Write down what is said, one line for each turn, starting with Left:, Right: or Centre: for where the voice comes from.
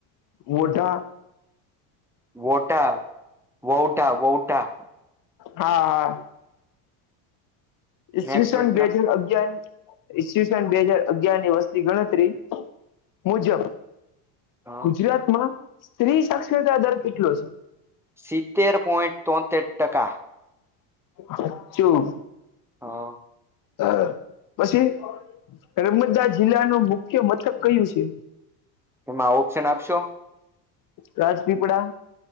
Left: મોઢા
Centre: વોઢા વઉઢા વઉઢા.
Left: હા હા. ઈસવીસન
Centre: નેક્સ્ટ પ્રશ્ન
Left: બે હજાર અગિયાર ઇસવિસન બે હજાર અગિયાર ની વસ્તી ગણતરી મુજબ.
Centre: અ,
Left: ગુજરાતમાં સ્ત્રી સાક્ષરતા દર કેટલો છે.
Centre: સિત્તેર પોઈન્ટ તોતેર ટકા.
Left: સાચું.
Centre: હા.
Left: અ પછી નર્મદા જિલ્લાનું મુખ્ય મથક કયું છે.
Centre: એમાં ઓપ્શન આપશો.
Left: રાજપીપળા